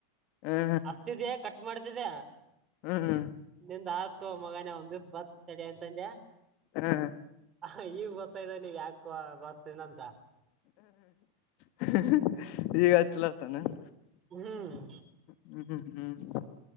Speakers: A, on the left; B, on the right.
A: ಹ್ಮ್
B: ಅಸ್ತಿದ್ಯಾ ಕಟ್ ಮಾಡ್ತಿದ್ಯಾ
A: ಹ್ಮ್
B: ನಿಮ್ದ ಆತು ಮಗನ ಒಂದ್ ದಿವ್ಸ ಬರ್ತದಅಂತಂದೆ
A: ಹಾ
B: ಹ ಈಗ್ ಗೊತ್ತಾ್ದ ನೀ ಯಾಕೂ ಬರ್ತೀನಂತ
A: ಹಾ ಹಾ
B: ಹ್ಮ್
A: <unintelligible>